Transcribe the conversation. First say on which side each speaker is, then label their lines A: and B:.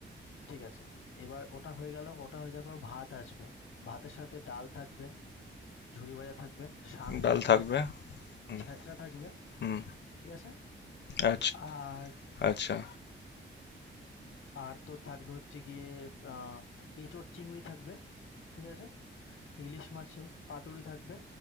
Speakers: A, on the left; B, on the left.
A: ঠিক আছে এবার ওটা হয়ে গেল ওটা হয়ে যাওয়ার পর ভাত আসবে ভাতের সাথে ডাল থাকবে ঝুরি ভাজা থাকবে শাক
B: ডাল
A: থাকবে
B: থাকবে হুম
A: ছেঁচড়া থাকবে
B: হুম,
A: ঠিক আছে
B: আচ্ছা,
A: আর
B: আচ্ছা,
A: আর তো থাকবে হচ্ছে গিয়ে আহ, এঁচোড় চিংড়ি থাকবে ঠিক আছে ইলিশ মাছের পাতুরি থাকবে